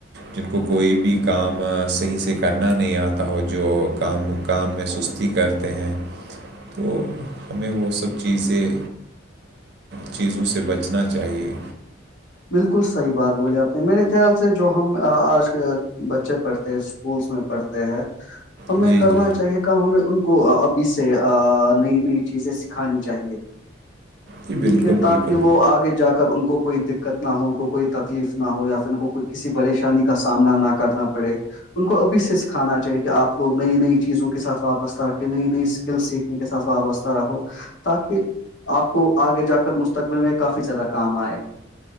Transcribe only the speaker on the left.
بالکل صحی بات بولی آپ نے میرے خیال سے جو ہم آج کے بچے پڑھتے ہیں اسکولس میں پڑھتے ہیں ہمیں
کرنا
چاہیے کم ہمیں ان کو ابھی سے نئی نئی چیزیں سکھانی چاہیے
کیونکہ تاکہ
وہ آگے جا کر ان کو کوئی دقت دقت نہ ہو ان کو کوئی تکلیف نہ ہو یا پھر ان کو کو کسی پریشانی کا سامنا نہ کرنا پڑے ان کو ابھی سے سکھانا چاہے کہ آپ لوگ نئی نئی چیزوں کے ساتھ وابستہ رکھیں نئی نئی اسکل سے کے ساتھ وابستا رہو تاکہ آپ کو آگے جا کر مستقبل میں کافی زیادہ کام آئے